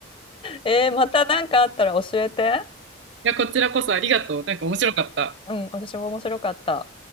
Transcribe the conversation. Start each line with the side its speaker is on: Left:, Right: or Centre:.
Left: えー、またなんかあったら教えて。
Right: や、こちらこそありがとう。なんか面白かった。
Left: うん、私も面白かった。